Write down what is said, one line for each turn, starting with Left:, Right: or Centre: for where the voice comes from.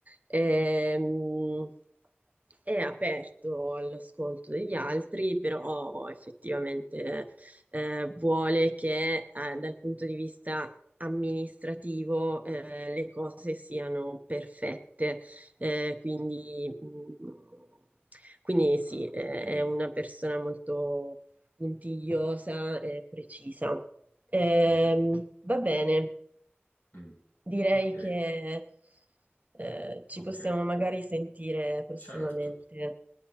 Right: Ehm,
Left: Mm,
Right: è aperto all'ascolto degli altri, però effettivamente eh, vuole che eh, dal punto di vista amministrativo eh, le cose siano perfette. Eh, quindi, mh, quindi sì, eh,
Left: Mm,
Right: è una persona molto puntigliosa e precisa. Ehm,
Left: mm, mm,
Right: va bene,
Left: mm.
Right: direi
Left: Ok,
Right: che eh, ci
Left: ok,
Right: possiamo magari sentire prossimamente.
Left: certo.